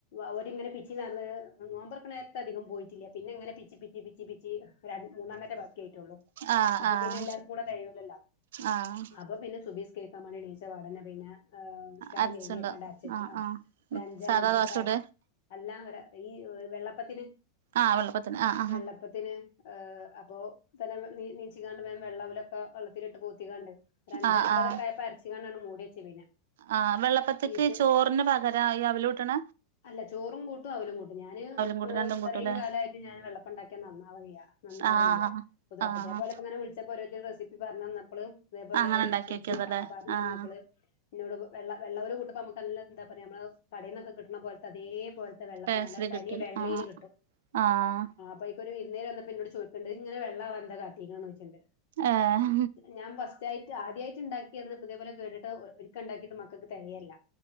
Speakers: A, on the left; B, on the right.
A: അവരിങ്ങനെ പിച്ചി നടന്ന് നോമ്പർകണ നേരത്ത് അധികം പോയിട്ടില്ല പിന്നെ ഇങ്ങനെ പിച്ചി പിച്ചി പിച്ചി മൂന്നണ്ണേറ്റെ ബാക്യായി ട്ടൊള്ളൂ
B: ആഹ്
A: അപ്പൊ
B: ആഹ്
A: പിന്നെ എല്ലർക്കും കൂടെ തഴുലല്ലോ
B: ആഹ്
A: അപ്പൊ പിന്നെ സുബ കേരിക്കാൻ മാണ്ടി നീച്ചപാടന്നെ പിന്നെ ഏഹ് നമസ്കാരം
B: അരച്ചുണ്ടാവും
A: കഴിഞ്ഞേക്കാണ്ട് അരച്ചത്തി
B: ആഹ്
A: ആ
B: ആഹ്
A: ഒരു അഞ്ച്
B: സാധാ
A: അമ്പതൊക്കെ
B: ദോശ ചുട
A: ആയപ്പോ അല്ല ഒരാ ഈ വെള്ളപ്പത്തിന്
B: ആഹ് വെള്ളപ്പത്തിന് ആഹ്
A: വെള്ളപ്പ
B: ആഹ്
A: ത്തിന് അപ്പോ തന്ന നീച്കാണ്ട് വേം വെള്ളവിലൊക്കെ വെള്ളത്തിലിട്ട് പോത്തിക്കാണ്ട് ഒരഞ്ച
B: ആഹ്
A: അൻപതൊക്കെ
B: ആഹ്
A: ആയപ്പോ അരച്ച്കാണ്ട് അങ്ങട്ട് മൂടിവെച്ചു പിന്നെ
B: ആഹ് വെള്ളപ്പത്തിക്ക്
A: ഈസ്റ്റ്
B: ചോറിന് പകരായി അവലൂട്ടണ
A: അല്ല ചോറും കൂട്ടും അവലും കൂട്ടും ഞാന്
B: കൂട്ടും രണ്ടും
A: ഇത്രയും
B: കൂട്ടുംല്ലേ
A: കാലായിട്ട് ഞാൻ വെള്ളപ്പുണ്ടാക്കിയ നന്നാവലില്ല നന്നാവലില്ല
B: ആഹ്
A: പൊതുവെ
B: ആഹ്
A: അതേപൊലെപ്പങ്ങനെ വിളിച്ചപ്പോ ഓരോര്ത്തര് റെസിപ്പി പറഞ്ഞന്നപ്പള് അതേപോലെ
B: അങ്ങനെ
A: ഒരു
B: ഉണ്ടാക്കി
A: ചേച്ചി
B: നോക്കിയതല്ലേ
A: പറഞ്ഞു
B: ആഹ്
A: തന്നപ്പോള് ഇന്നോട് വെള്ള വെള്ളവൽ കൂട്ടുമ്പ നമുക് എന്താ പറയാ നമ്മ കടയിന്നൊക്കെ കിട്ടണ പോലത്തെ അതേപലത്തെ വെള്ളപ്പ
B: പേസല്
A: നല്ല തനി
B: കിട്ടൂല
A: വെള്ളയിൽ
B: ആഹ്
A: കിട്ടും
B: ആഹ്
A: അപ്പയ്ക്ക് ഒരു വിരുന്നേര് വന്നപ്പെന്നോട് ചോയ്ക്കണ്ട് ഇങ്ങനെ വെള്ള വാനെന്താ കാട്ടീക്കണത് ത്
B: ഏഹ്
A: ഞാൻ ഫസ്റ്റ് ആയിട്ട് ആദ്യയിട്ട് ഇണ്ടാക്കിന്ന് ഇപ്പോ ഇതെപ്പോലെ കേട്ടിട്ട് ഒരിക്ക ഉണ്ടാക്കിട്ട് മക്കക്ക് തെകയില്ല